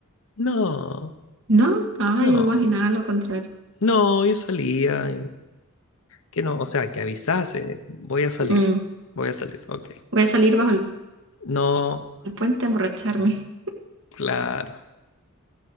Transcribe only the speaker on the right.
No, ah,
yo me imaginaba lo contrario.
Mm,
Voy a salir bajo el
puente a emborracharme.